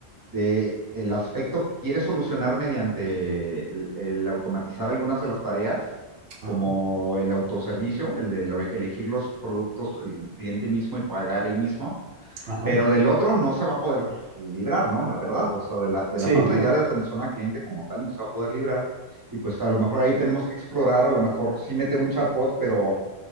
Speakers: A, on the right; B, on the right.
A: de el aspecto que quiere solucionar mediante el, el automatizar algunas de las tareas, como
B: Ajá,
A: el autoservicio, el de lo- elegir los productos el cliente mismo y pagar el mismo,
B: ajá.
A: pero del otro no se va a poder librar, ¿no? La verdad, o sea, de la, de
B: Sí,
A: la parte
B: no.
A: ya de atención al cliente como tal no se va a poder librar. Y pues a lo mejor ahí tenemos que explorar, a lo mejor sí meter un chatbot, pero